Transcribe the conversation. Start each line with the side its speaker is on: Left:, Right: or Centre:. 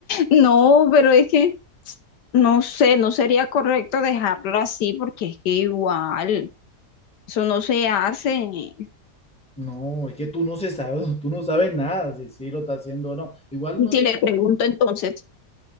Left: No, pero es que no sé, no sería correcto dejarlo así porque es que igual, eso no se hace. Y
Centre: No, es que tú no se sabes, <laughs> tú no sabes nada si, sí lo está haciendo o no. Igual no
Left: si
Centre: te
Left: le pregunto entonces,